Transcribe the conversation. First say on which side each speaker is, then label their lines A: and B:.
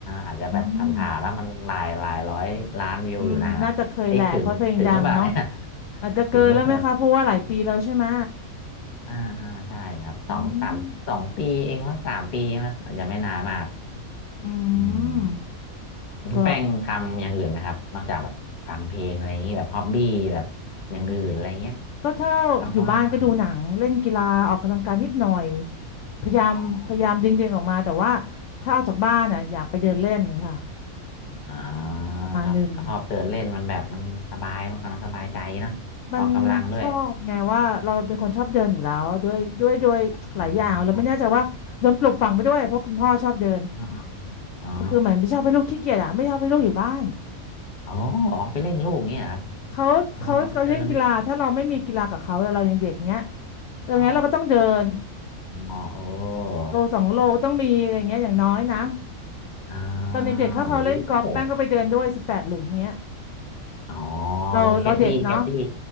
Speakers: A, on the left; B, on the left.
A: อาจจะแบบผ่านๆแล้วมันหลายหลายร้อยล้านวิวอยู่นะ
B: อืมอืมน่าจะเคยแหละเพราะเพลงดังเนาะ
A: เอ๊ะถึงถึงหรือเปล่าเนี่ย
B: อาจจะเกินแล้วไหมคะเพราะว่าหลายปีแล้วใช่ไหม
A: ถึงนดอ่าอ่าใช่ครับสองสามสองปีเองว่าสามปีครับอาจจะไม่นานมาก
B: อืมอื
A: อืม
B: ม
A: คุณแป้งทำอย่างอื่นนะครับนอกจากแบบฟังเพลงอะไรอย่างนี้แบบฮอบบี้แบบอย่างอื่นอะไรเงี้ย
B: ก็ ก็ถ้าอยู่บ้านก็ดูหนังเล่นกีฬาออกกำลังกายนิดหน่อย
A: ว่าง
B: พยายามพยายามดึงตัวเองออกมาแต่ว่า
A: อ๋อ
B: ถ้าออกจากบ้านอ่ะอยากไปเดินเล่นนะคะ
A: ๆอ่า
B: ประมาณหนึ่ง
A: ครับชอบเดินเล่นมันแบบมันสบายมันก็สบายใจนะออกกำลังด้วย
B: มันชอบไงว่าเราเป็นคนชอบเดินอยู่แล้วด้วยด้วยด้วยหลายอย่างเราไม่แน่ใจว่าโดนปลูกฝังไปด้วยเพราะคุณพ่อชอบเดิน
A: อ๋ออ๋ออ๋ออ๋อ
B: ก็คือเหมือนไม่ชอบให้ลูกขี้เกียจอ่ะไม่ชอบให้ลูกอยู่บ้าน
A: อ๋อออกไปเล่นลูกอย่างเงี้ยเหรอครับ
B: เขาเขาเขาเล่นกีฬาถ้าเราไม่มีกีฬากับเขาแล้วเรายังเด็กเงี้ย
A: เออออกไปเดิน
B: อย่างเงี้ยเราก็ต้องเดิน
A: อ๋ออ๋อเออ
B: โลสองโลต้องมีอะไรเงี้ยอย่างน้อยนะ
A: อ่า
B: ตอนเด็กๆเขาเขาเล่นกอล์ฟแป้งก็ไปเดินด้วยสิบแปดหลุมเงี้ย
A: โอ้โหอ๋อ
B: เราเราเด็กเนาะ
A: เป็นแคดดี้แคดดี้